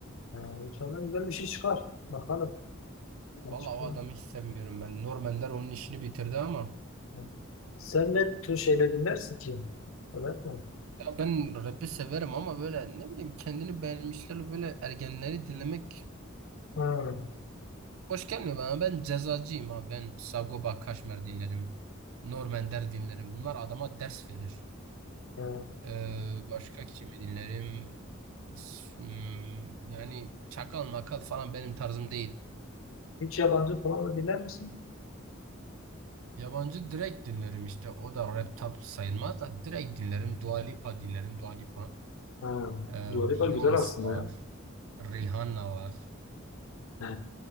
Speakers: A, on the left (about 70°); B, on the right (about 80°).
A: He. İnşallah güzel bir şey çıkar. Bakalım. Ben
B: Vallahi
A: çıkayım.
B: o adamı hiç sevmiyorum ben. Norman onun işini bitirdi ama.
A: Hı. Sen ne tür şeyler dinlersin ki? Öyle mi?
B: Ya ben rap'i severim ama böyle ne bileyim kendini beğenmişler böyle ergenleri dinlemek
A: Ha.
B: hoş gelmiyor bana. Ben cezacıyım abi. Ben Sagopa Kajmer dinlerim. Norman Der dinlerim. Bunlar adama ders verir.
A: Ha.
B: Ee, başka kimi dinlerim? S- hmm, Yani çakal makal falan benim tarzım değil.
A: Hiç yabancı falan da dinler misin?
B: Yabancı direkt dinlerim işte. O da rap tap sayılmaz da direkt dinlerim. Dua Lipa dinlerim. Dua Lipa.
A: Ha.
B: Ee,
A: Dua
B: Beyoncé
A: güzel aslında
B: var.
A: ya.
B: Rihanna var.
A: Ha.